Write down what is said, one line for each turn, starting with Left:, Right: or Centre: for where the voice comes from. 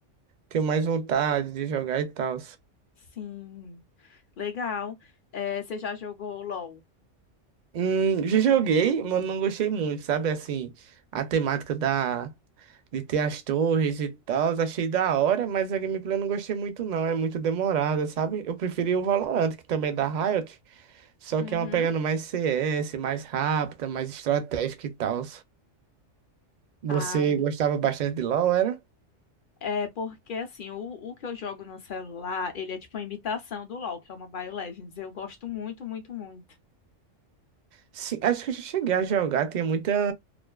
Right: tenho mais vontade de jogar e tal.
Left: sim, legal. É, você já jogou LOL?
Right: Hum, já joguei, mas não gostei muito, sabe? Assim, a temática da... de ter as torres e tal, achei da hora, mas a gameplay eu não gostei muito não, é muito demorada, sabe? Eu preferi o Valorant, que também é da Riot, só
Left: Uhum.
Right: que é uma pegando mais CS, mais rápida, mais estratégica e tal. Você
Left: Ah,
Right: gostava bastante de LoL, era?
Left: é porque assim, o, o que eu jogo no celular, ele é tipo uma imitação do LoL, que é uma BioLegends. Eu gosto muito, muito, muito.
Right: Sim, acho que eu já cheguei a jogar, tinha muita